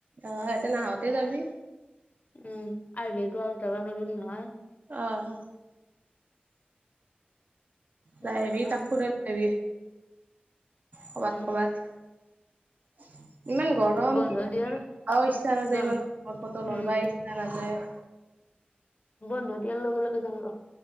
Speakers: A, on the right; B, on the left.
A: অঁ সিহঁতে নাহোতে যাবি?
B: উমঁ আহিলেতো আৰু যাবা নোৱাৰিম নহয়।
A: অঁ।
B: সেইকাৰণে
A: যায় তাক ফুৰাই লৈ আহিবি। কবাত
B: উম
A: কবাত। <inaudible> ইমান গৰম
B: বন্ধ দিয়াৰ
A: <unintelligible> ইচ্ছা নাযায়
B: বন
A: ইমান গৰমৰ <unintelligible>
B: উম
A: ইচ্ছা নাযায়।
B: বন্ধ দিয়া লগে লগে যাম ৰ।